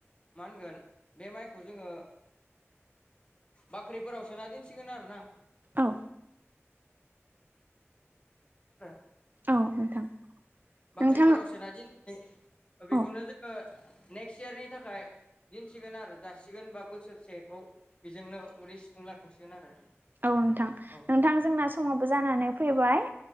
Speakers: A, on the left (about 25°); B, on the right (about 40°).
A: मा होनगोन बे माइखौ जोङो बाख्रिफोराव सोना दोनसिगोन आरो ना
B: औ
A: <inaudible>
B: औ नोंथां
A: बाख्रिफोराव
B: नोंथां
A: सोना दि बेखौनो
B: औ
A: जोङो नेक्स्ट इयारनि थाखाय दिन्सिगोन आरो जासिगोन बा बोसोरसेखौ बेजोंनो उदै सुफुंलांसिगोन आरो
B: औ नोंथां
A: औ
B: नोंथां जोंना समावबो जानानै फैबाय